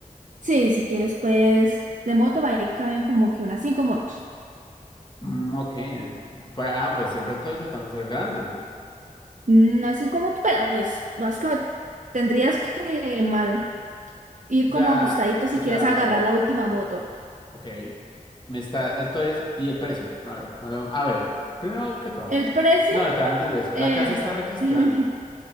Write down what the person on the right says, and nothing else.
Sí, si quieres, pues, de moto, ahí caben como que unas cinco motos.
Mm, Unas cinco motos, pero pues, no es que tendrías que mal. ir
como
ajustadito si
quieres agarrar
la última moto.
El precio,
eh,
<laughs>